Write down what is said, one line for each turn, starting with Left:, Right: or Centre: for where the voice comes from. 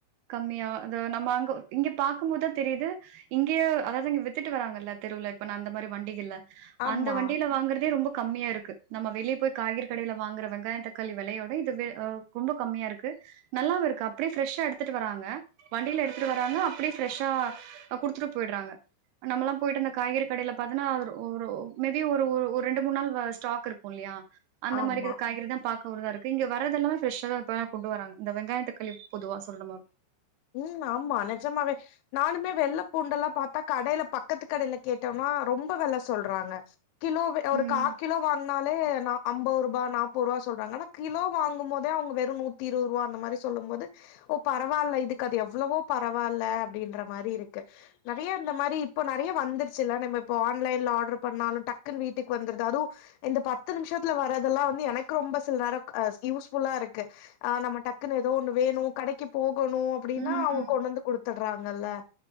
Right: கம்மியா அத நம்ம அங்க இங்க பாக்கும் போதா தெரியிது இங்கய அதாவது இங்க வித்துட்டு வராங்கல்ல தெருவுல இப்ப நா அந்த மாரி வண்டிகள்ல
Left: ஆமா
Right: அந்த வண்டியில வாங்கறதே ரொம்ப கம்மியா இருக்கு நம்ம வெளியே போய் காய்கறி கடையில வாங்கற வெங்காய தக்காளி வெலையோட இது அ ரொம்ப கம்மியா இருக் கு நல்லாவு இருக்கு அப்டியே ஃபிரெஷ்ஷா எடுத்துட்டு வராங்க வண்டியில எடுத்துட்டு வராங்க அப்டியே ஃப்ரஷ்ஷா அ குடுத்துட்டு போயிறாங்க நம்மளா போயிட்டு அந்த காய்கறி கடையில பாத்தன்னா ஒரு ஒரு மேபி ஒரு ஒரு ஒரு ரெண்டு மூணு நாள் ஸ்டாக் இருக் கு இல்லயா அந்த
Left: ஆமா
Right: மாரிக்கு காய்கறிதா பாக்கறதா இருக்கு இங்க வரததுல்ல ப்ரெஷ்தா இப்ப கொண்டு வராங்க இந்த வெங்காய தக்காளி பொதுவா சொந்தமா
Left: ம் ஆமா நெஜமாவே நானுமே வெள்ளை பூண்ட எல்லா பாத்தா கடையில பக்கத்து கடையில கேட்டோம்னா ரொம்ப வெல சொல்றாங்க கிலோவே ஒரு
Right: ம்.
Left: காக் கிலோ வாங் னாலே நா ஐம்பது ரூபா நாப்பது ரூபா சொல்றாங்கா ஆனா கிலோ வாங்கும்போதே அவங்க வெறு நூத் தி இருவது ரூபா அந்த மாரி சொல்லும் போது ஓ பரவால்ல இதுக் கு அது எவ்ளவோ பரவாயில்ல அப்டின்ற மாரி இருக்கு நெறைய இந்த மாரி இப்போ நெறைய வந்துருச்சு இல்ல நம்ம இப்ப ஆன்லைன்ல ஆர்டர் பண்ணாலு டக்குன்னு வீட்டுக்கு வந்துருது அதுவு இந்த பத்து நிமிஷத்துல வர்றதெல்லா வந்து எனக்கு ரொம்ப சில நேரோ யூஸ்ஃபுல்லா இருக்கு ஆ நம்ம டக்குன்னு ஏதோ ஒண்ணு வேணு கடைக்கு போகணு அப்டின்னா
Right: ம்.
Left: அவுங்க கொண்டு வந்து குடுத்துடுறாங்கல்ல